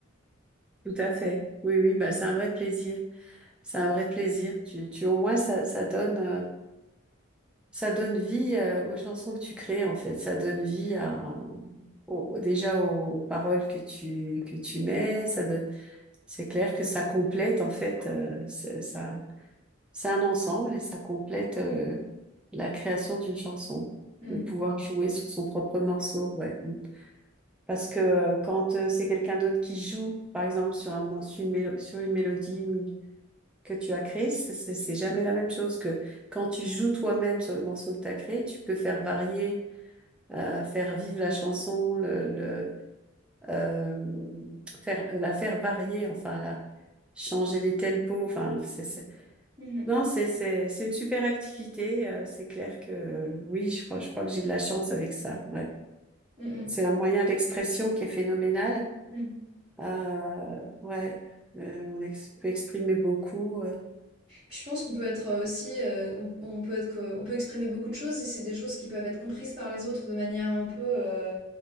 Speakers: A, in the centre; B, on the right (about 30°).
A: tout à fait. Oui, oui, bah, c'est un vrai plaisir. C'est un vrai plaisir. Tu, tu, au moins, ça, ça donne, euh, ça donne vie euh, aux chansons que tu crées, en fait. Ça donne vie à, au- déjà aux, aux paroles que tu, que tu mets. Ça donne, c'est clair que ça complète, en fait, euh, c'est- ça, c'est un ensemble et ça complète euh, la création d'une chanson.
B: Mmh.
A: De pouvoir jouer sur son propre morceau, ouais. Parce que euh, quand euh, c'est quelqu'un d'autre qui joue, par exemple, sur un, mo- sur une mélo- sur une mélodie ou une que tu as créé, c'est c'est- c'est jamais la même chose que quand tu joues toi-même sur le morceau que tu as créé, tu peux faire varier, euh, faire vivre la chanson, le, le, euh, faire, la faire varier, enfin, la, changer les tempos, enfin, c'est, c'est-
B: Mmh mh.
A: non, c'est, c'est, c'est une super activité, euh, c'est clair que euh, oui, je crois, je crois que j'ai de la chance avec ça, ouais.
B: Mmh
A: C'est un moyen d'expression qui est phénoménal,
B: Mmh.
A: euh, ouais, Euh, on ex- peut exprimer beaucoup, euh,
B: Puis je pense qu'on peut être, heu, aussi, heu, on on peut être que on peut exprimer beaucoup de choses et c'est des choses qui peuvent être comprises par les autres de manière un peu, heu,